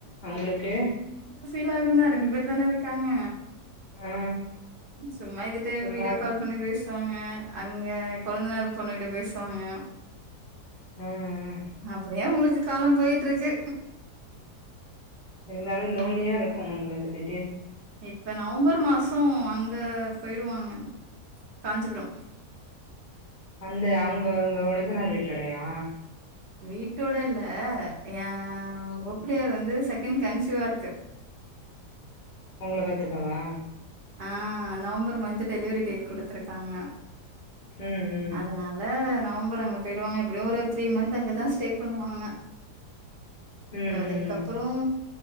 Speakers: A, on the left; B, on the right.
A: அவுங்களுக்கு
B: ஃபில் ஆகுதா ரெண்டு பேர் தான இருக்காங்க
A: ஆ
B: சும்மா இதுட்டே
A: ஒரு
B: வீடியோ
A: மாரி
B: கால் பண்ணி பேஷ் ட்டுவாங்க அங்க கொழந்தனார் பொண்ணு கிட்ட பேசுவாங்க
A: ஆ ஆ
B: அப்பிடியே உங்களுக் காலோ போய்ட்டு இருக்கு
A: இருந்தாலு லோன்லியா இருக்கு உங்களுக்கு தி
B: இப்ப நவம்பர் மாசோ அங்க போயிடுவாங்க காஞ்சிபுரம்
A: அந்த அவுங்க டொழுந்தனார் வீட்டடையா
B: வீட்டோட இல்ல ஏ ஆ
A: சொல்லு
B: ஒப்பிடியா வந்து செக் கிம் கன்சிவா இருக்கு
A: உங்கள பத் த்துக்கவா
B: ஆ நவம்பர் மந்த் டெலிவிரி டேட் குடுத்துருக்காங்க
A: ம் ம்
B: அதனால நவம்பர் அங்க போயிடுவாங்க எப்பிடியு ஒரு த்ரீ மந்த் அங்கதா ஸ்டே பண்ணுவாங்க
A: ம்
B: அதுக்கப்புறோ
A: ம் ம்